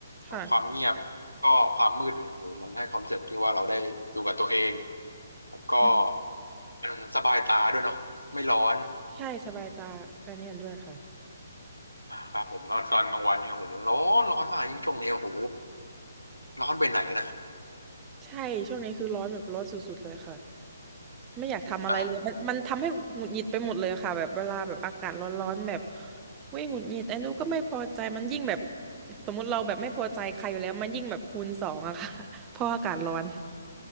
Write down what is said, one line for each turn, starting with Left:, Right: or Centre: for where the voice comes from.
Right: ค่ะ
Left: ทั้งความเงียบก็ความมืดเนี่ยโอ้โหมันให้ความรู้สึกที่ว่าเราได้อยู่กับตัวเองแล้วก็
Right: อืม
Left: มันสบายตาด้วยเนาะไม่ร้อน
Right: ใช่สบายตาอันนี้เห็นด้วยค่ะ
Left: ครับผมแล้วตอนกลางวันเนี่ยโอ้โหร้อนร้อนมากยิ่งช่วงนี้โอ้โหร้อนไปไหนนะ
Right: ใช่ช่วงนี้คือร้อนแบบร้อนสุดๆเลยค่ะไม่อยากทำอะไรเลยมันมันทำให้หงุดหงิดไปหมดเลยค่ะแบบเวลาแบบอากาศร้อนๆแบบ
Left: อ่ะ
Right: เว้ยหงุดหงิดไอ้นู้นก็ไม่พอใจมันยิ่งแบบสมมติเราแบบไม่พอใจใครอยู่แล้วมันยิ่งแบบคูณสองอะค่ะ <laughs> เพราะอากาศร้อน